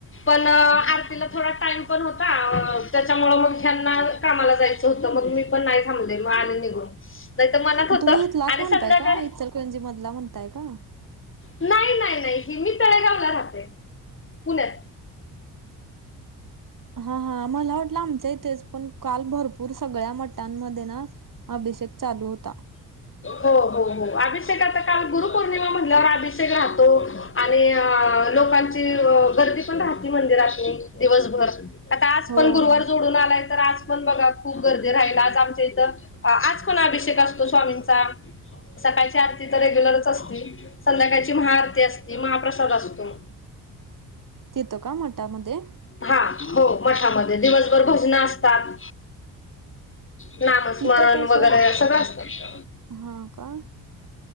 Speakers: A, on the left; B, on the right.
A: पण आरतीला थोड टाईम पण होता त्याच्यामुळ मग ह्यांना कामाला जायच होत मग मी पण नाही थांबले मग आले निघून नाही तर मनात
B: मग
A: होतं
B: तुम्ही इथलाच
A: आणि
B: म्हणताय
A: संध्याकाळी
B: का इचरकरंजी मधला म्हणताय का?
A: नाही नाही नाही मी तळेगावला राहते पुण्यात.
B: हा हा मला वाटल आमच्या इथेच. पण काल भरपूर सगळ्या मठांमध्ये ना अभिषेक चालू होता.
A: हो हो हो अभिषेकल आता काल गुरुपौर्णिमा म्हणल्यावर अभिषेक राहतो. आणि अ लोकांची गर्दी पण राहती मंदिरातनी दिवसभर. आता आज
B: हो
A: पण गुरुवार जोडून आलाय तर आज म बघा खूप गर्दीे राहील आज आमच्या इथ आज कोण अभिषेक असतो स्वामींचा. सकाळची आरती तर रेग्युलरच असती. संध्याकाळची महाआरती असती महाप्रसाद असतो.
B: तिथ का मठामध्ये?
A: हा हो मठामध्ये दिवसभर भजन असतात. नामस्मरण
B: इथं तसं
A: वगैरे सगळ असत.
B: हा का.